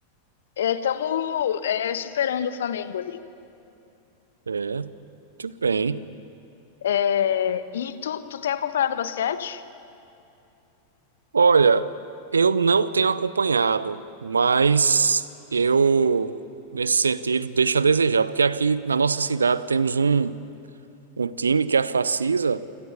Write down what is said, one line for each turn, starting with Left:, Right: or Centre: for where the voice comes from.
Left: estamos superando o Flamengo ali.
Right: É, muito bem.
Left: É, e tu, tu tem acompanhado basquete?
Right: Olha, eu não tenho acompanhado, mas eu, nesse sentido, deixo a desejar, porque aqui na nossa cidade temos um, um time que é a Facisa